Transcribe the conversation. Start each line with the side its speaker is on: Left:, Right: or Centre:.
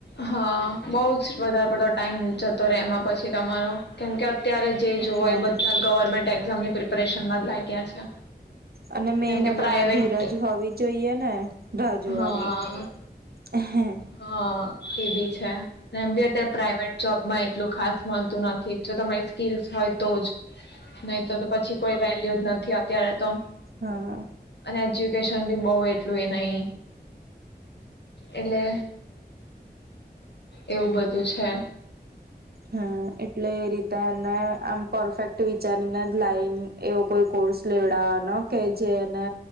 Left: હા, બહુજ વધારે પડતો ટાઈમ જતો રહેે એમાં પછ છી તમારો કેમ કે અત્યારે જે જોય
Right: હા
Left: બધા ગવર્મેન્ટ એક્ઝામ ની પ્રિપરેશન માં જ લાગ્યા છે.
Right: અને મેન
Left: કેમકે
Right: એનામાં
Left: પ્રાઇવેટ
Right: ધીરજ હોવી જોઈએ ને રાહ જોવાની
Left: હા
Right: એહે.
Left: હા એ ભી છે. એમ ભી આત્યારે પ્રાઈવેટ જોબમાં એ એટલું ખાસ મલતું નથી જો તમારી સ્કીલસ હોય તો જ નહી તર તો પછી કોઈ વેલ્યુ જ ન થી અત્યારે તો.
Right: હા
Left: એજ્યુકેશન ભી બોવ એટલું એ નહી એટલે એવું બધું છે
Right: હા એટલે એ રીતે ને આમ પરફેક્ટ વિચારીને જ લાઈન એવો કોઈ કોર્સ લેવડાવવાનો કે જે એને